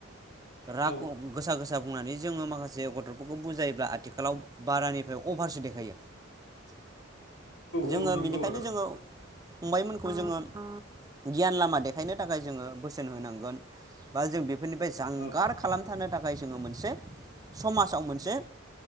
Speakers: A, on the right; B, on the left.
A: राग
B: औ
A: गोसा गोसा बुंनाय जोङो माखासे गथ'फोरखौ बुजायोब्ला आथिखालाव बारानिफ्राय अभारसो देखायो जोङो
B: औ नंगौ
A: बेनिखायनो
B: आदा नंगौ
A: जोङो फंबायमोनखौ जोङो गियान लामा देखायनो थाखाय जोङो बोसोन होनांगोन। बा जों बे बेफोरनिफ्राय जानगार
B: औ
A: खालामथानो थाखाय जोङो मोनसे समाजाव मोनसे